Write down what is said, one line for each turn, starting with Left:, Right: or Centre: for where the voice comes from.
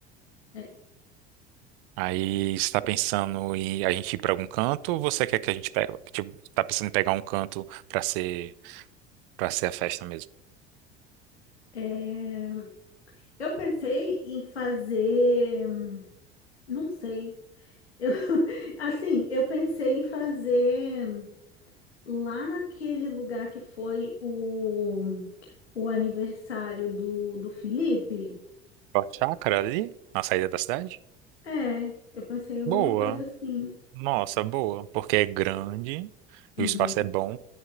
Left: É,
Right: Aí você tá pensando em a gente ir pra algum canto ou você quer que a gente pegue? Tipo, tá pensando em pegar um canto pra ser, pra ser a festa mesmo?
Left: é, eu pensei em fazer, não sei, eu, <laughs> assim, eu pensei em fazer lá naquele lugar que foi o, o aniversário do, do Felipe.
Right: A chácara ali, na saída da cidade?
Left: É, eu pensei em alguma
Right: Boa.
Left: coisa assim.
Right: Nossa, boa. Porque é grande,
Left: Uhum,
Right: o espaço é bom